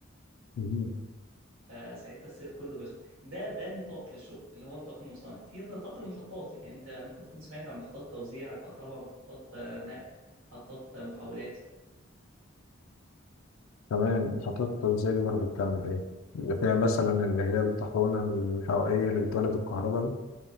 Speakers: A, on the left; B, on the right.
A: مهم.
B: فساعتها السير كله بيخلص ده ده نطاق للشغل اللي هو نطاق المصانع في نطاق المحطات يعني انت ممكن تكون سمعت عن محطات توزيع كهرباء محطات آه، نقل محطات آه، محولات
A: تمام خطوات التوزيع دي برضه بتعمل إيه؟ بيبقى فيها مثلا اللي هي الطاحونة الحرارية اللي بتولد الكهرباء دي